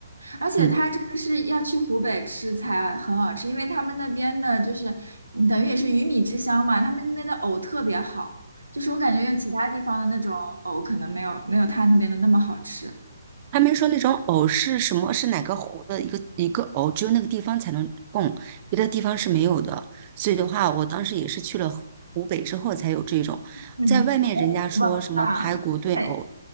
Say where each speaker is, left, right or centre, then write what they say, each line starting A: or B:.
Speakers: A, on the right; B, on the right.
A: 而且它这个是要去湖北吃才很好吃，
B: 嗯，
A: 因为他们那边的就是嗯等于也是鱼米之乡嘛，他们那边的藕特别好，就是我感觉用其他地方的那种藕可能没有没有他那边的那么好吃。
B: 他们说那种藕是什么？是哪个湖的一个一个藕，只有那个地方才能供，别的地方是没有的。所以的话，我当时也是去了湖湖北之后才有这种，
A: 嗯，
B: 在外面人家说什么排骨炖藕，
A: 是洪湖吧？吧对，